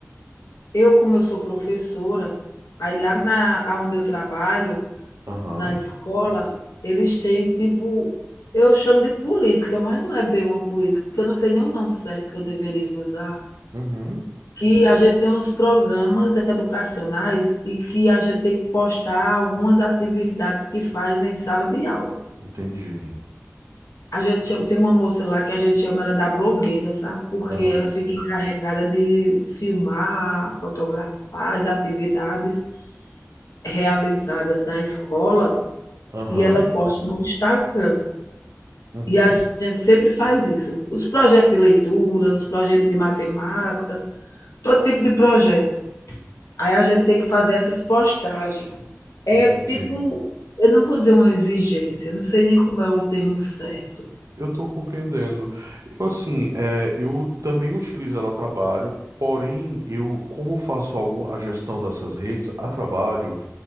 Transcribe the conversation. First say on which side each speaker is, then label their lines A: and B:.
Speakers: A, on the left (about 80°); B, on the right (about 80°).
A: Eu, como eu sou professora, aí lá na aonde eu trabalho,
B: Aham.
A: Na escola, eles têm tipo eu chamo de política, mas não é bem uma política, eu não sei nem o nome certo que eu deveria usar,
B: Uhum.
A: que a gente tem uns programas educacionais e que a gente tem que postar algumas atividades que faz em sala de aula.
B: Entendi.
A: A gente chama tem uma moça lá que a gente chama ela da blogueira, sabe, porque
B: Aham.
A: ela fica encarregada de filmar, fotografar as atividades realizadas na escola
B: Aham.
A: e ela posta no Instagram.
B: Uhum.
A: E a gente sempre faz isso. Os projetos de leitura, os projetos de matemática, todo tipo de projeto. Aí a gente tem que fazer essas postagens. É
B: Entendi.
A: tipo, eu não vou dizer uma exigência, não sei nem como é o termo certo.
B: Eu estou compreendendo. Eu, assim, é, eu também utilizo ela a trabalho, porém, eu, como faço algum, a gestão dessas redes a trabalho,